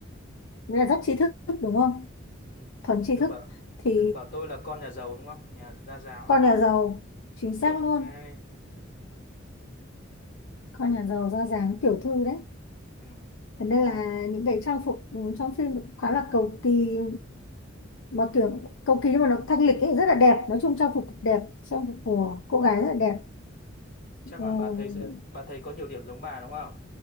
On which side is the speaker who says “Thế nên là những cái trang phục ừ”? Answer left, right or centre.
Left